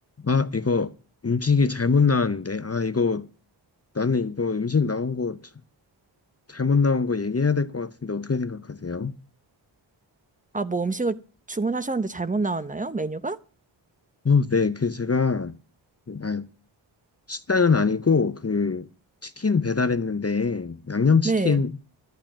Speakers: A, on the left (about 30°); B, on the right (about 15°).
A: 아, 이거 음식이 잘못 나왔는데. 아, 이거 나는 이거 음식 나온 거 자- 잘못 나온 거 얘기해야 될 것 같은데 어떻게 생각하세요?
B: 아, 뭐 음식을 주문하셨는데 잘못 나왔나요? 메뉴가?
A: 어, 네, 그 제가 아, 식당은 아니고 그 치킨 배달했는데 양념치킨으로
B: 네.